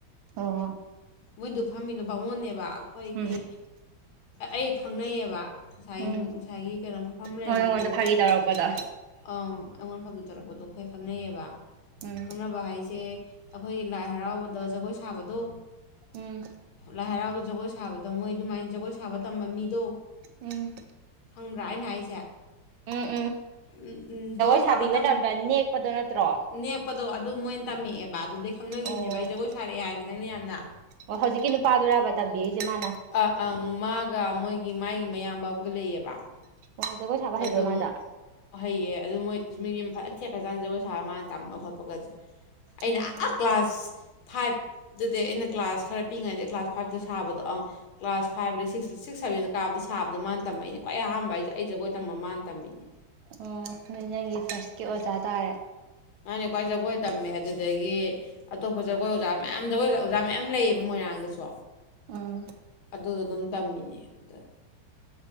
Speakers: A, on the right; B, on the left.
A: ꯑꫭ
B: ꯃꯣꯏꯗꯨ ꯐꯝꯃꯤꯗꫭ ꯕꯥꯃꯣꯟꯅꯦꯕ ꯑꯩꯈꯣꯏꯒꯤ
A: ꯎꯝ
B: ꯑꯩ ꯈꯪꯅꯩꯌꯦꯕ ꯉꯁꯥꯏꯒꯤ
A: ꯎꯝ
B: ꯉꯁꯥꯏꯒꯤ ꯀꯩꯅꯣ ꯐꯝ ꯂꯩꯔꯝꯕ
A: ꯑꯣ ꯅꯉꯣꯟꯗ
B: ꯃꯤꯗꯣ
A: ꯐꯥꯒꯤ ꯇꯧꯔꯛꯄꯗꯣ
B: ꯑ ꯑꯩꯉꯣꯟ ꯐꯥꯒꯤ ꯇꯧꯔꯛꯄꯗꯣ ꯑꯩꯈꯣꯏ ꯈꯪꯅꯩꯌꯦꯕ
A: ꯎꯝ
B: ꯈꯪꯅꯕ ꯍꯥꯏꯁꯦ ꯑꯩꯈꯣꯏꯒꯤ ꯂꯥꯏ ꯍꯔꯥꯎꯕꯗ ꯖꯒꯣꯏ ꯁꯥꯕꯗꯣ
A: ꯎꯝ
B: ꯂꯥꯏ ꯍꯔꯥꯎꯕ ꯖꯒꯣꯏ ꯁꯥꯕꯗ ꯃꯣꯏ ꯑꯗꯨꯃꯥꯏꯅ ꯖꯒꯣꯏ ꯁꯥꯕ ꯇꯝꯕ ꯃꯤꯗꯣ
A: ꯎꯝ
B: ꯈꯪꯕ꯭ꯔ ꯑꯧꯅ ꯍꯥꯏꯖꯦ
A: ꯎꯝ ꯎꯝ
B: ꯎꯝ ꯎꯝ ꯖꯒꯣꯏ
A: ꯁꯥꯕꯤ
B: ꯁꯥꯕ
A: ꯃꯇꯝꯗ
B: ꯇꯝ
A: ꯅꯦꯛꯄꯗꯣ ꯅꯠꯇ꯭ꯔꯣ
B: ꯅꯦꯛꯄꯗꯣ ꯑꯗꯨ ꯃꯣꯏꯅ ꯇꯝꯃꯛꯑꯦꯕ ꯕꯥ ꯑꯗꯨꯎꯗꯩ ꯈꯪꯅꯈꯤꯕꯅꯦꯕ
A: ꯑꯣ
B: ꯑꯩ ꯖꯒꯣꯏ ꯁꯥꯔꯛꯑꯦ ꯍꯥꯏꯗꯅ ꯑꯩꯅ ꯌꯥꯝꯅ
A: ꯑꯣ ꯍꯧꯖꯤꯛꯀꯤ ꯅꯨꯄꯥꯗꯨꯔꯥꯕ ꯇꯝꯕꯤꯔꯤꯁꯦ ꯃꯥꯅ
B: ꯑ ꯑꯪ ꯃꯥꯒ ꯃꯣꯏꯒꯤ ꯃꯒꯤ ꯃꯌꯥꯝꯕ ꯑꯃꯒ ꯂꯩꯌꯦꯕ
A: ꯑꯣ ꯖꯒꯣꯏ ꯁꯥꯕ ꯍꯩꯕ꯭ꯔꯣ
B: ꯑꯗꯨꯒꯝ
A: ꯃꯥꯗꯣ
B: ꯍꯩꯌꯦ ꯑꯗꯨ ꯃꯣꯏ ꯃꯤꯝ ꯌꯥꯝ ꯐꯖꯅ ꯊꯦꯛꯀ꯭ꯔ ꯆꯥꯥꯟꯅ ꯖꯒꯣꯏ ꯁꯥꯔ ꯃꯥꯅ ꯇꯝꯕ ꯈꯣꯠꯄꯒꯠꯁꯦ ꯑꯩꯅ
A: ꯎꯝ
B: ꯀ꯭ꯂꯥꯁ ꯐꯥꯏꯚꯇꯗꯤ ꯑꯩꯅ ꯀ꯭ꯂꯥꯁ ꯈꯔ ꯄꯤꯛꯏꯉꯩꯗꯩ ꯀ꯭ꯂꯥꯁ ꯐꯥꯏꯚꯇ ꯁꯥꯕꯗꯣ ꯑꯪ ꯀ꯭ꯂꯥꯁ ꯐꯥꯏꯞꯗ ꯁꯤꯛꯁ ꯁꯤꯛꯁ ꯁꯕꯦꯟꯗ ꯀꯥꯕꯗ ꯁꯥꯕꯗꯣ ꯃꯥꯅ ꯇꯝꯝꯕꯩꯅꯦ ꯈ꯭ꯋꯥꯏ ꯑꯍꯥꯟꯕ ꯍꯥꯏꯁ ꯑꯩ ꯖꯒꯣꯏꯗ ꯇꯝ ꯃ ꯃꯥꯥꯟꯅ ꯇꯝꯃꯤꯅꯤ
A: ꯑꯣ ꯑꯣ ꯅꯪꯒꯤ ꯐꯥꯔꯁꯀꯤ ꯑꯣꯖꯥ ꯇꯥꯔꯦ
B: ꯃꯥꯅꯦ ꯈ꯭ꯋꯥꯏ ꯖꯒꯣꯏ ꯇꯝꯃꯦ ꯑꯗꯨꯗꯒꯤ ꯑꯇꯣꯞꯄ ꯖꯒꯣꯏ ꯑꯣꯖꯥ ꯃꯌꯥꯝ ꯖꯒꯣꯏ ꯑꯣꯖꯥ ꯃꯌꯥꯝ ꯂꯩꯌꯦꯕ ꯃꯣꯏꯔꯥꯡꯗꯁꯨ
A: ꯎꯝ
B: ꯑꯗꯨꯗ ꯑꯗꯨꯝ ꯇꯝꯃꯤꯅꯦ ꯑ